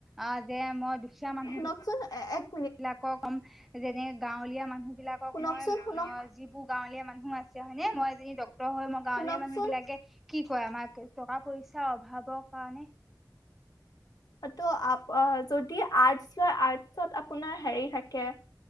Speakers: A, in the centre; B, on the left.
A: আ যে মই দুখীয়া মানুহ
B: শুনকচোন এ <unintelligible>
A: বিলাকক অম যেনে গাঁৱলীয়া মানুহ বিলাকক
B: শুনকচোন
A: মই অ
B: শুনক
A: যিবোৰ গাঁৱলীয়া মানুহ আছে হয়নে মই এজনী ডক্টৰ হৈ মই গাঁৱলীয়া
B: শুনকচোন
A: মানুহ বিলাকে কি কয় আমাক টকা পইচাৰ অভাৱৰ কাৰণে <unintelligible>
B: ত আ যদি আৰ্টচ ল আৰ্টচত আপোনাৰ হেৰি থাকে